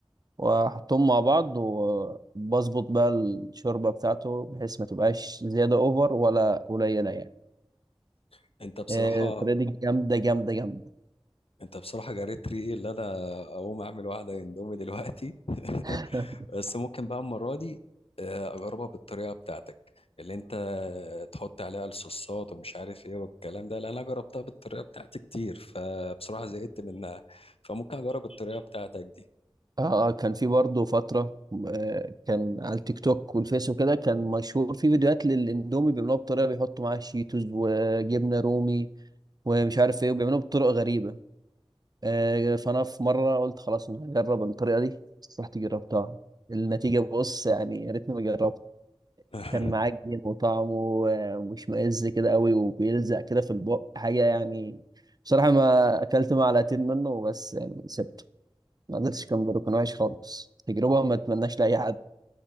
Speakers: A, on the right; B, on the left.
A: واحطهم مع بعض وبظبط بقى الشوربه بتاعته بحيث ما تبقاش زياده اوفر ولا قليله يعني
B: <laughs> انت بصراحة
A: آه، الطريقه دي جامده جامده جامده
B: انت بصراحة جريت ريقي اللي انا اقوم اعمل واحدة اندومي دلوقتي <laughs>
A: <laughs>
B: بس ممكن بقى المرة دي آه، اجربها بالطريقة بتاعتك اللي انت تحط عليها الصوصات ومش عارف ايه والكلام ده لان انا جربتها بالطريقة بتاعتي كتير فبصراحة زهقت منها فممكن اجرب الطريقة بتاعتك دي
A: اه اه كان في برضه فترة آه، كان على التيك توك والفيس وكده كان مشهور في فيديوهات للاندومي بيعملوها بطريقة بيحطوا معاها شيتوز وجبنة رومي ومش عارف ايه وبيعملوها بطرق غريبة آه، فانا في مرة قلت خلاص انا هجرب الطريقة دي رحت جربتها النتيجة بص يعني يا ريتني ما جربت
B: <laughs>
A: كان معجن وطعمه آه، مش مئز كده قوي وبيلزق كده في البق حاجة يعني بصراحة ما أكلت معلقتين منه بس يعني سبت. ما قدرتش كان كان وحش خالص تجربة ما اتمناش لأي حد